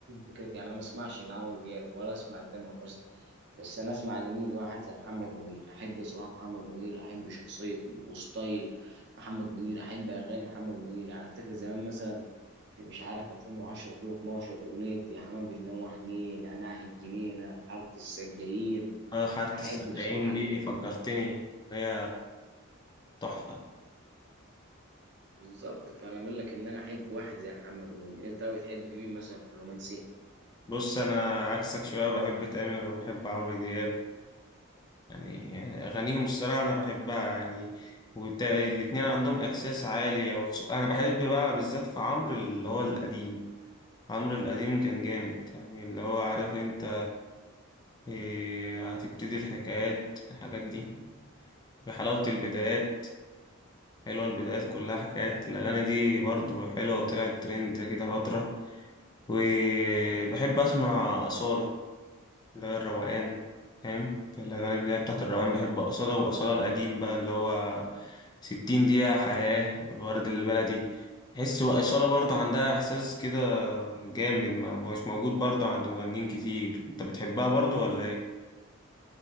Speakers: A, on the right; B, on the left.
A: فكره يعني انا ما اسمعش لعمرو دياب ولا اسمع لتامر حسني بس انا اسمع لمين لواحد زي محمد منير احب صراحه محمد منير احب شخصيه وستايل محمد منير احب اغاني محمد منير يعني افتكر زمان مثلا في مش عارف 2010 2012 اغنيه يا حمام بتنوح نيه نعناع الجنينه حاره السجاير
B: انا خدت
A: احب
B: السقايين
A: بصراحه
B: دي
A: الح-
B: فكرتني هي تحفة
A: بالظبط فانا اقول لك ان انا احب واحد زي محمد منير انت بتحب مين مثلا في الرومانسي
B: بص انا عكسك شوية بحب تامر وبحب عمرو دياب يعني اغانيهم الصراحة انا بحبها يعني والاتنين عندهم احساس عالي وخصو- انا بحب بقى بالذات في عمرو اللي هو القديم عمرو القديم كان جامد يعني اللي هو عارف انت إيه، هتبتدي الحكايات الحاجات دي في حلاوة البدايات حلوة البدايات كلها حكايات الأغاني دي برضو حلوة وطلعت ترند كده فترة وبحب أسمع أصالة اللي هي الروقان فاهم في الأغاني البداية بتاعت الروقان بحب أصالة وأصالة القديم بقى اللي هو ستين دقيقة حياة والورد البلدي تحس بقى أصالة برضو عندها إحساس كده جامد ما- مش موجود برضو عند مغنيين كتير أنت بتحبها برضو ولا إيه؟